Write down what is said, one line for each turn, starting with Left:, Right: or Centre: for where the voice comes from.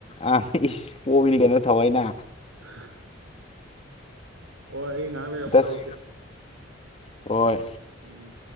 Left: ꯑ ꯏꯁ ꯑꯣꯕꯤꯅꯤ ꯀꯩꯅꯣ ꯊꯑꯣꯏꯅ
Right: <unintelligible> ꯍꯣꯏ ꯑꯩ ꯉꯥꯏꯍꯥꯛ ꯂꯩꯔ ꯑꯃꯨꯛ
Left: ꯗꯁ
Right: ꯇꯧꯔꯛꯀꯦ
Left: ꯍꯣꯏ
Right: ꯎꯝ